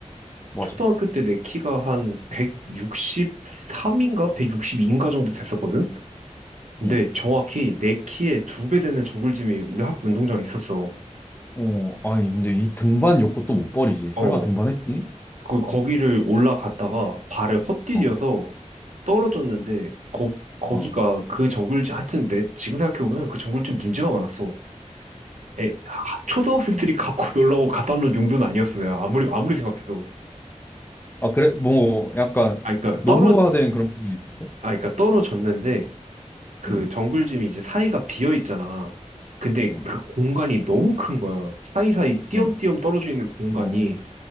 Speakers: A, on the left; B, on the right.
A: 맞아.
B: 초등학교 때 내 키가 한 163인가 162인가 정도 됐었거든? 근데
A: 응.
B: 정확히 내 키의 두 배 되는 정글짐이 우리 학교 운동장에 있었어.
A: 어, 아니 근데 이 등반 욕구 또 못 버리지.
B: 어,
A: 설마 등반했니?
B: 그, 거기를 올라갔다가 발을 헛디뎌서
A: 어,
B: 떨어졌는데 거, 거기가
A: 어.
B: 그 정글짐, 하여튼 내 지금 생각해보면 그 정글짐 문제가 많았어. 에, 하, 초등학생들이 갖고 놀라고 갖다 놓은 용도는 아니었어요. 아무리 아무리 생각해도.
A: 아 그래, 뭐 약간
B: 아, 그러니까
A: 노후화된
B: 떨어, 아,
A: 그런 부분이 있었어?
B: 그러니까 떨어졌는데 그
A: 응.
B: 정글짐이 이제 사이가 비어 있잖아. 근데
A: 응.
B: 그 공간이 너무 큰 거야. 사이사이 띄엄띄엄
A: 음,
B: 떨어져 있는 공간이.
A: 어,